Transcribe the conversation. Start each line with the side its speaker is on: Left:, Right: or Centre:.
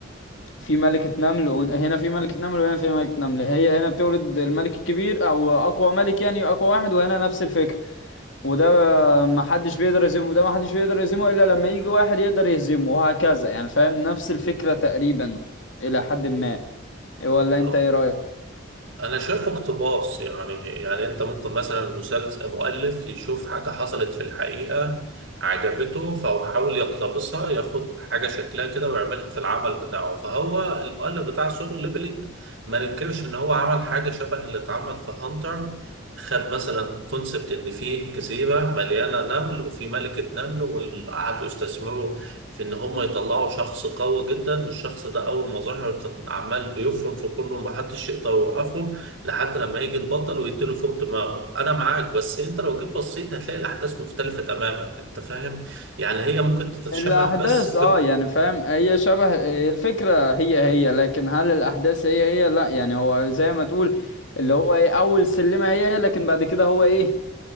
Left: في ملكة نمل وهن- هنا في ملكة نمل وهنا في ملكة نمل هي هنا بتولد الملك الكبير او اقوى ملك يعني اقوى واحد وهنا نفس الفكرة وده ما حدش بيقدر يهزمه وده ما حدش بيقدر يهزمه الا لما يجي واحد يقدر يهزمه وهكذا يعني فاهم نفس الفكرة تقريبا الى حد ما ولا
Right: أهو.
Left: انت ايه رأيك
Right: انا شايفه اقتباس يعني يعني انت ممكن مثلا المسلسل المؤلف يشوف حاجه حصلت في الحقيقه عجبته فهو حاول يقتبسها ياخد حاجه شكلها كده ويعملها في العمل بتاعه فهو المؤلف بتاع سولو ليفلينج ما ننكرش ان هو عمل حاجه شبه اللي اتعمل في هانتر خد مثلا كونسبت ان فيه جزيره مليانه نمل وفي ملكه نمل وقعدوا يستثمروا في ان هم يطلعوا شخص قوي جدا والشخص ده اول ما ظهر كان عمال بيفرم في كله ومحدش يقدر يوقفه لحد لما يجي البطل ويديله فوق دماغه انا معاك بس انت لو جيت بصيت هتلاقي الاحداث مختلفة تماما انت فاهم يعني هي ممكن تتشابه
Left: الاحداث
Right: بس في
Left: اه يعني فاهم هي شبه الفكرة هي هي لكن هل الاحداث هي هي لا يعني هو زي ما تقول اللي هو ايه اول سلمة هي هي لكن بعد كده هو ايه